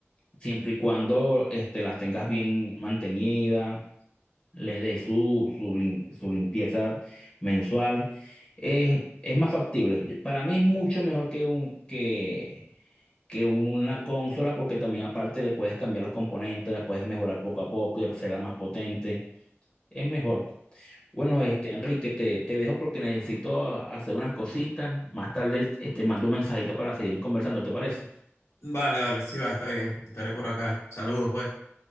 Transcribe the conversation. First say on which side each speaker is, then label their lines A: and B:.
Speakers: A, on the left (about 30°); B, on the left (about 80°).
A: siempre y cuando este, las tengas bien mantenida le dé su, su, lim- su limpieza mensual. Es, es más factible. Yo- Para mí es mucho mejor que, un, que, que una consola porque también aparte le puedes cambiar los componentes, la puedes mejorar poco a poco y hacerla más potente. Es mejor. Bueno, este, Enrique, te, te dejo porque necesito hacer unas cositas. Más tarde, este, mando un mensajito para seguir conversando, ¿te parece?
B: Vale, vale, sí va, está bien. Estaré por acá. Saludos, pues.